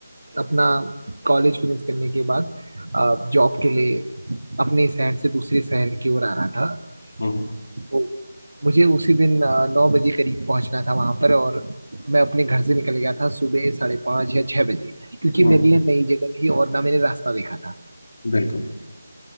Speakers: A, on the right; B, on the left.
A: अपना कॉलेज फिनिश करने के बाद जॉब के लिए अपने शहर से दूसरे शहर की ओर आ रहा था
B: हम्म
A: तो मुझे उसी दिन अ, नौ बजे करीब पहुंचना था वहां पर और मैं अपने घर से निकल गया था सुबह साढ़े पाँच या छह बजे क्योंकि
B: हम्म
A: मेरे लिए नई जगह थी और ना मैंने रास्ता देखा था
B: बिल्कुल